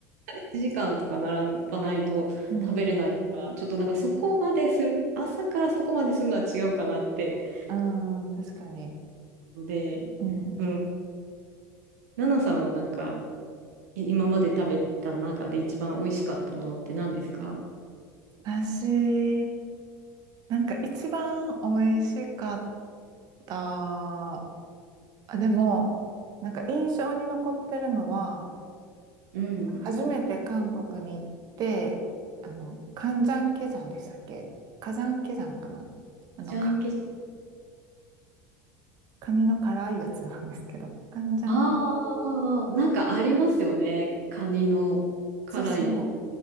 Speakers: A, on the right (about 70°); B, on the right (about 50°).
A: 1時間とか並ばないと食べれないから、
B: うん。
A: ちょっとなんかそこまでする、朝からそこまでするのは違うかなって。
B: <laughs> うん、確かに。
A: ので、
B: うん。
A: うん。ナナさんはなんか、い今まで食べた中で一番美味しかったものって何ですか
B: 私、なんか一番美味しかったあ、でも、なんか印象に残ってるのは、
A: うん。
B: 初めて韓国に行って、あの、カンジャンケジャンでしたっけカジャンケジャンかなあの、
A: ジャンケジ
B: カ、カニの辛いやつなんですけど、カンジャンケ、
A: ああー、なんかありますよね。カニの辛い。
B: そうそう。